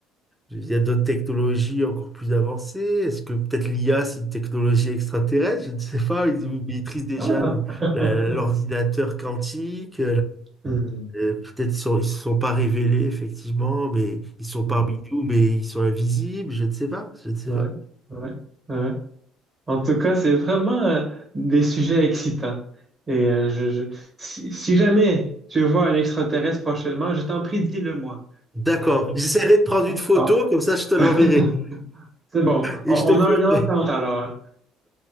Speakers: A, in the centre; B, on the right (about 25°).
A: il y a d'autres technologies encore plus avancées. Est-ce que peut-être l'IA c'est une technologie extraterrestre? Je ne sais pas. Ils, ils maîtrisent déjà
B: Ah!
A: le-
B: <laughs>
A: la- l'ordinateur quantique.
B: Mmh.
A: Euh, peut-être ils sont, ils se sont pas révélés, effectivement, mais ils sont parmi
B: Mmh.
A: nous, mais ils sont invisibles, je ne sais pas, je ne sais
B: Ouais,
A: pas.
B: ouais, ouais. En tout cas, c'est vraiment euh, des sujets excitants. Et euh, je, je- si, si jamais tu vois un extraterrestre prochainement, je t'en prie, dis-le moi.
A: D'accord, j'essaierai de prendre
B: Ah,
A: une photo,
B: ah.
A: comme ça je te l'enverrai.
B: <laughs> C'est bon.
A: Et
B: On, on
A: je te ferai-
B: a une entente alors.